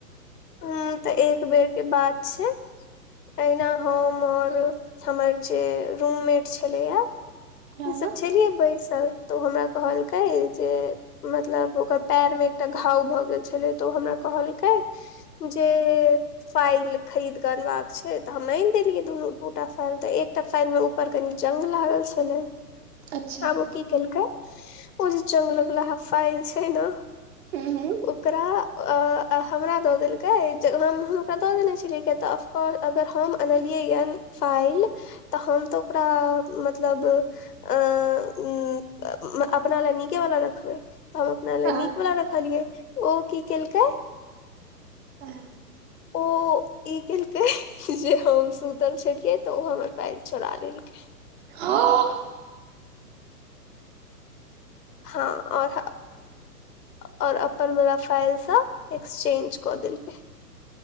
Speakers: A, on the left (about 70°); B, on the right (about 40°).
A: उंम्म तऽ एक बेर के बात छै अहिना हम और हमर जे रूमेट छलैये
B: हँ
A: से सब छेलियै बैसल तऽ ओ हमरा कहलकै जे मतलब ओकर पैर मे एकटा घाव भऽ गेल छलै तऽ ओ हमरा कहलकै जे फाइल खरीद कऽ अनबाक छै तऽ हम आइन दे लियै दुनू दू टा फाइल तऽ एकटा फाइल मे ऊपर कनि जंग लागल छेलै।
B: अच्छा
A: आब ओ की केलकै ओ जे जंग लगलाहा फाइल छै न
B: हूं हूं
A: ओकरा अ आ हमरा दऽ देलकै जब हम हुनका दऽ देने छेलियै किया तऽ अफको अगर हम अनलियै ये फाइल तऽ हम तऽ ओकरा मतलब अ उंम्म अपना लए नीके वाला रखबै तऽ हम अपना
B: हँ
A: ले नीक वला रखलियै ओ की केलकै
B: <inaudible>
A: ओ ई केलकै जे हम सुतल छेलियै तऽ ओ हमर फाइल चोरा लेलकै
B: ह <inaudible>
A: हँ आओर ह आओर अपन बला फाइल स एक्सचेंज कऽ देलकै।